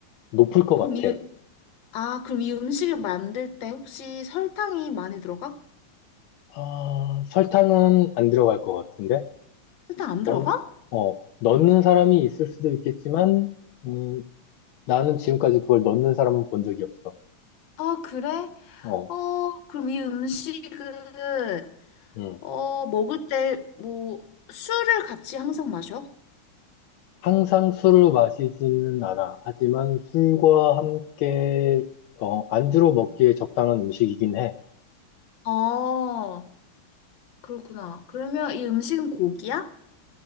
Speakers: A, on the left; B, on the left.
A: 높을 것
B: 그럼
A: 같아.
B: 이, 아, 그럼 이 음식을 만들 때 혹시 설탕이 많이 들어가?
A: 아, 설탕은 안 들어갈 것 같은데?
B: 설탕 안
A: 넣,
B: 들어가?
A: 어, 넣는 사람이 있을 수도 있겠지만, 음, 나는 지금까지 그걸 넣는 사람은 본 적이 없어.
B: 아, 그래?
A: 어,
B: 어, 그럼 이 음식은,
A: 음.
B: 어, 먹을 때 뭐, 술을 같이 항상 마셔?
A: 항상 술을 마시지는 않아. 하지만 술과 함께, 어, 안주로 먹기에 적당한 음식이긴 해.
B: 아, 그렇구나. 그러면 이 음식은 고기야?